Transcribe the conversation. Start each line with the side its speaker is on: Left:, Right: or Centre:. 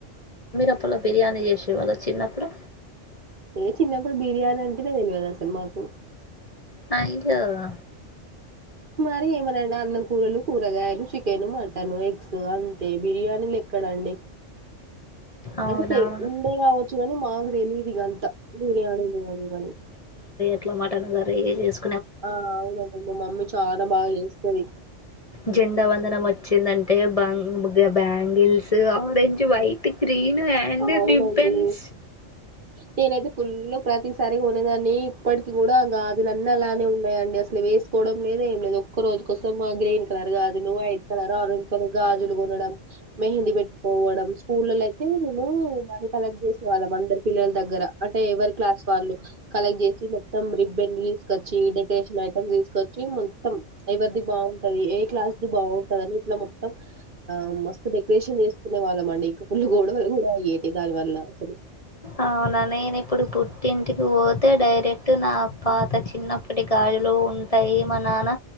Left: లోపల బిర్యానీ చేసేవాళ్ళ చిన్నప్పుడు.
Right: ఏ చిన్నప్పుడు బిర్యానీ అంటెనే తెలవదు అసలు మాకు.
Left: మా ఇంట్ల గుడ
Right: మరి ఏమన్నన్నా అన్నం కూరలు, కూరగాయలు చికెను మటను ఎగ్. స్ అంతే బిర్యాన్ మీ ఇల్లు ఎక్కడ అండి?
Left: అవునవును
Right: అంటే తె ఉండే గావచ్చు గనీ మాకు తెలీదు ఇదంత, బిర్యానీలు అవి ఇవని.
Left: అట్ల మటన్ కరీ చేస్
Right: ఆ అవును అండి మ మమ్మీ చాన బాగా చేస్తది.
Left: జెండా వందనం వచ్చిందంటే బంగ్ గ bangles orange, white, green. And
Right: అవునండి
Left: రిబ్బన్స్
Right: నేనైతే ఫుల్లు ప్రతిసారి కొనేదాన్ని. ఇప్పటికి కూడా గాజులన్ని అలానే ఉన్నాయండి అసలు వేసుకోవడం లేదు ఏం లేదు. ఒక్ ఒక్క రోజు కోసం ఆ గ్రీన్. కలర్ గాజులు, వైట్ కలర్, ఆరంజ్ కలర్ గాజులు కొనడం, మెహందీ పెట్ పోవడం స్కూళ్ళల అయితే మేము మనీ కలెక్ట్ చేసే వాళ్ళం, అందర్ పిల్లల దగ్గర అంటే, ఎవరి క్లాస్ వాళ్ళు. కలెక్ట్ చేసి మొత్తం రిబ్బెన్ తీసు. కచ్చి డెకరేషన్ ఐటమ్ తీసుకొచ్చి మొత్తం ఎవరిది బావున్టది ఏ క్లాస్ ది బాగుంటది అని ఇట్లా మొత్తం. ఆ మస్త్ డెకరేషన్ చేస్కునే వాళ్ళం అండి ఇంక పుల్ గొ గొడవల్ గూడ అయ్యేటి దాని వల్ల అసలు.
Left: అవునా, నేను ఇప్పుడు పుట్టింటికి పోతే డైరెక్ట్ నా పాత చిన్నప్పటి గాజులు ఉంటయి, మా నాన్న